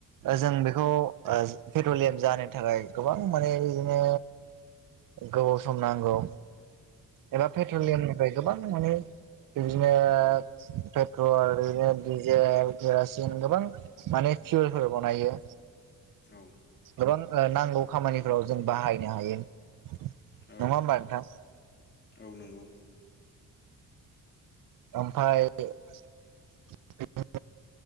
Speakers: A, on the right; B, on the left.
A: जों बेखौ पेट्रलियाम जाहोनो थाखाय गोबां माने बिदिनो गोबाव सम नांगौ एबा पेट्रलियामनिफ्राय गोबां माने बिदिनो पेट्रल आरो बिदिनो डिजेल केरासिन गोबां माने फिउलफोर बनायो
B: औ
A: गोबां नांगौ खामानिफोराव जों बाहायनो हायो नङा
B: औ
A: होमबा नोंथां
B: औ नंगौ
A: ओमफ्राय <unintelligible>